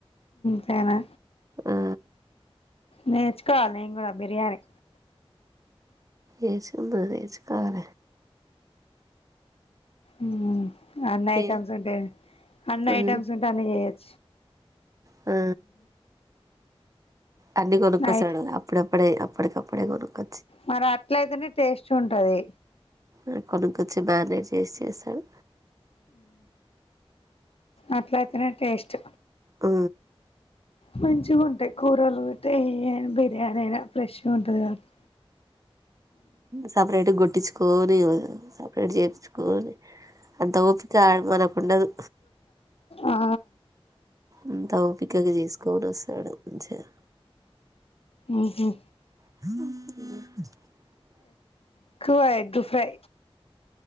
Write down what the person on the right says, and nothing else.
ఆ
ఏచి ఉంద చేచి కాల
ఏ
ఉమ్
ఆ అన్ని కొనుక్కోస్తడు
అప్పుడప్పుడు కప్పుడే అప్పుడికప్పుడే కొనుకో
ఆ కొనుకొచ్చి మా ఆయనే చేసి చేస్తాడు
ఆ
సపరేట్ గొట్టిచ్చు కోని సపరేట్ చెప్పించుకోని అంత కోపిత్తే ఆడు మనకు ఉండదు
అంతా ఓపికగ చేసుకోని వస్తాడు మంచిగా
అ